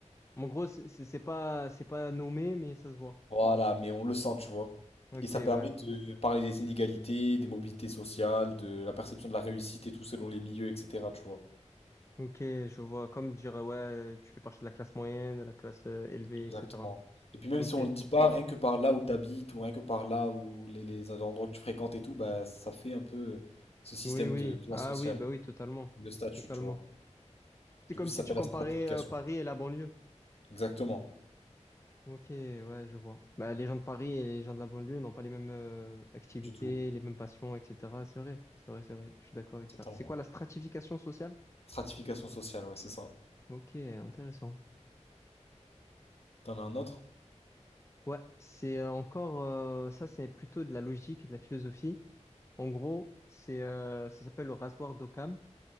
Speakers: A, on the left (about 25°); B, on the left (about 55°).
A: En gros, c'est c'est- c'est pas, c'est pas nommé, mais ça se voit.
B: Voilà, mais on le sent, tu vois.
A: Ok,
B: Et ça permet
A: ouais.
B: de parler des inégalités, des mobilités sociales, de la perception de la réussite et tout selon les milieux, etc., tu vois.
A: Ok, je vois. Comme dire, ouais, tu fais partie de la classe moyenne, de la classe euh, élevée,
B: Exactement.
A: etc.
B: Et puis même
A: Ok.
B: si on le dit pas, rien que par là où t'habites, ou rien que par là où les, les endroits que tu fréquentes et tout, bah ça fait un peu euh, ce système
A: Oui, oui.
B: de classe
A: Ah
B: sociale,
A: oui, bah oui, totalement.
B: de statut,
A: Totalement.
B: tu vois.
A: C'est
B: Du
A: comme
B: coup, ça
A: si
B: s'appelle
A: tu comparais
B: la stratification.
A: euh, Paris et la banlieue.
B: Exactement.
A: Ok, ouais, je vois. Bah, les gens de Paris et les gens de la banlieue n'ont pas les mêmes euh, activités,
B: Du tout.
A: les mêmes passions, etc. C'est vrai, c'est vrai, c'est vrai. Je suis d'accord avec
B: Totalement.
A: ça. C'est quoi la stratification sociale?
B: Stratification sociale, ouais, c'est ça.
A: Ok, intéressant.
B: T'en as un autre?
A: Ouais, c'est euh, encore, euh, ça, c'est plutôt de la logique et de la philosophie. En gros, c'est euh, ça s'appelle le rasoir d'Occam.